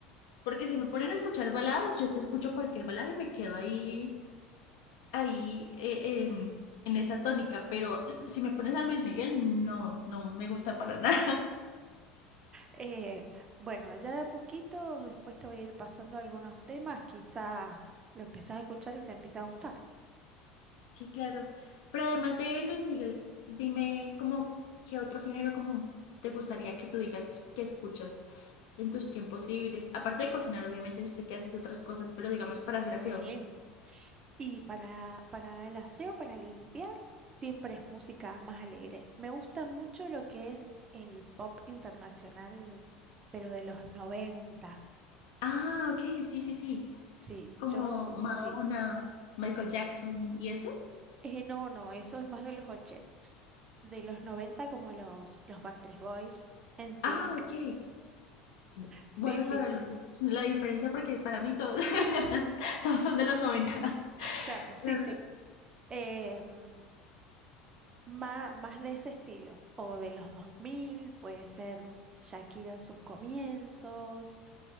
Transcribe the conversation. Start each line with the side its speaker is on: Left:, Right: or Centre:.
Left: porque si me ponen a escuchar baladas, yo te escucho cualquier balada y me quedo ahí, ahí eh, em, en esa tónica, pero
Right: ujú.
Left: si me pones a Luis Miguel, no, no me gusta para <laughs> nada.
Right: Eh, bueno, ya de a poquito, después te voy a ir pasando algunos temas, quizás lo empezás a escuchar y te empieza a gustar.
Left: Sí, claro. Pero además de Luis Miguel, dime como qué otro género como te gustaría que tú digas que escuchas en tus tiempos libres. Aparte de cocinar, obviamente sé que haces otras cosas, pero digamos para hacer
Right: Sí.
Left: aseo.
Right: Y para, para el aseo, para limpiar, siempre es música más alegre. Me gusta mucho lo que es el pop internacional, pero de los noventa
Left: Ah, ok, sí, sí, sí.
Right: Sí,
Left: Como
Right: yo
Left: Madonna,
Right: sí.
Left: Michael Jackson y eso.
Right: Eh, no, no, eso es más de los ochenta De los 90 como los, los Backstreet Boys, NSYNC.
Left: Ah, ok. Bu-
Right: Sí,
Left: Bueno
Right: sí,
Left: saberlo. La diferencia porque para mí todos, <laughs> todos son de los noventa
Right: claro, sí,
Left: Pero
Right: sí. Em, má- más, de ese estilo. O de los 2000 puede ser Shakira en sus comienzos